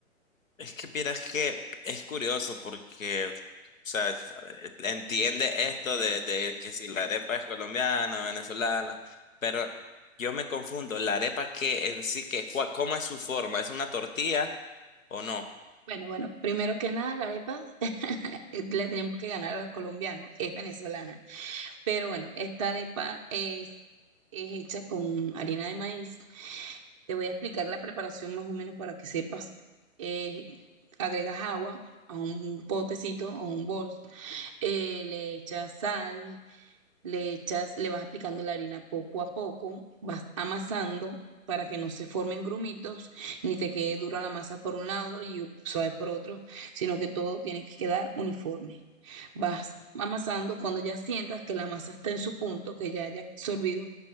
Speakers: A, on the left; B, on the right.
A: Es que vieras que es curioso porque, o sea, es- eh, entiende esto de, de que si la arepa es colombiana o venezolana, pero yo me confundo, la arepa que en sí, que, cua- ¿cómo es su forma? ¿Es una tortilla o no?
B: Bueno, bueno, primero que nada, la arepa eh, le tenemos que ganar a los colombianos, es venezolana. Pero bueno, esta arepa es, es hecha con harina de maíz. Te voy a explicar la preparación más o menos para que sepas. Eh, agregas agua a un potecito o un bol, eh, le echas sal, le echas, le vas aplicando la harina poco a poco, vas amasando para que no se formen grumitos, ni te quede dura la masa por un lado y suave por otro, sino que todo tiene que quedar uniforme. Vas amasando cuando ya sientas que la masa está en su punto, que ya haya absorbido